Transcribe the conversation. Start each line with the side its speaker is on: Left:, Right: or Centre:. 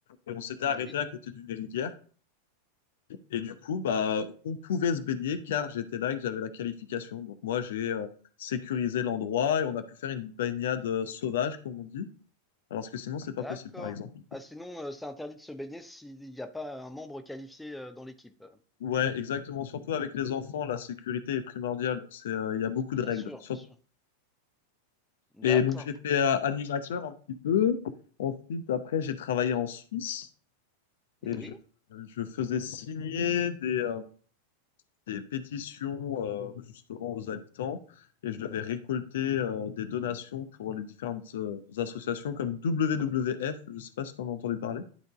Left: et on s'était arrêté
Centre: Oui,
Left: à côté d'une rivière. Et du coup, bah, on pouvait se baigner car j'étais là et que j'avais la qualification. Donc moi, j'ai euh, sécurisé l'endroit et on a pu faire une baignade euh, sauvage, comme on dit. alors que sinon, c'est
Centre: d'accord.
Left: pas possible, par exemple.
Centre: Ah, sinon, euh, c'est interdit de se baigner s'il n'y a pas un membre qualifié euh, dans l'équipe.
Left: Ouais, exactement. Surtout avec les enfants, la sécurité est primordiale. Donc, c'est, euh, il y a beaucoup de
Centre: Bien
Left: règles.
Centre: sûr,
Left: Sur-
Centre: bien sûr.
Left: Et
Centre: D'accord.
Left: donc, j'ai fait euh, animateur un petit peu. Ensuite, après, j'ai travaillé en Suisse
Centre: Oui,
Left: et je, je faisais signer des, euh, des pétitions, euh, justement, aux habitants. Et je devais récolter, euh, des donations pour les différentes, euh, associations comme WWF. Je sais pas si tu en as entendu parler.